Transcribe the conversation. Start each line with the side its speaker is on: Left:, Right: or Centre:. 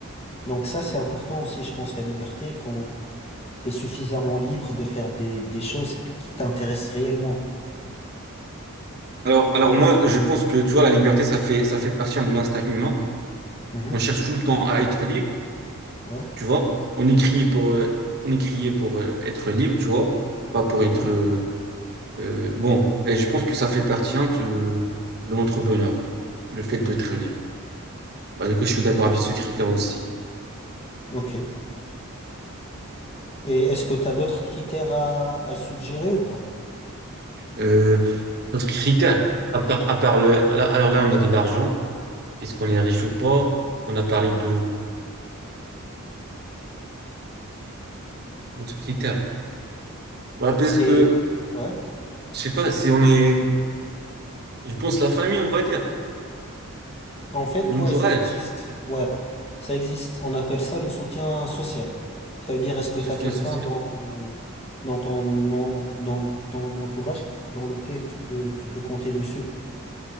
Left: Donc ça, c'est important aussi, je pense, la liberté quand tu es suffisamment libre de faire des, des choses qui t'intéressent réellement.
Right: Alors, alors moi, je pense que, tu vois, la liberté, ça fait, ça fait partie hein, de l'instinct humain.
Left: Mhm.
Right: On cherche tout le temps à être libre,
Left: Ouais,
Right: tu vois. On est crié pour, euh, on est crié pour euh, être libre, tu vois, pas pour être,
Left: ouais,
Right: euh, euh, bon. Et je pense que ça fait partie hein, de, de notre bonheur, le fait d'être libre. Bah, du coup, je suis d'accord avec ce critère aussi.
Left: ok. Et est-ce que tu as d'autres critères à, à suggérer ou pas?
Right: Euh, notre critère, à part, à part le, alors là, on a dit l'argent. Est-ce qu'on est riche ou pas? On a parlé de Un truc qui terre. Ouais, parce
Left: Et
Right: que,
Left: ouais.
Right: je sais pas, si on est, je pense la famille, on va dire,
Left: En fait,
Right: l'entourage,
Left: ouais, ça existe. Ouais, ça existe. On appelle ça le soutien social. Ça veut dire, est-ce que
Right: soutien
Left: tu as quelqu'un
Right: social.
Left: dans, dans ton, en- dans ton entourage dans lequel tu peux, tu peux compter dessus?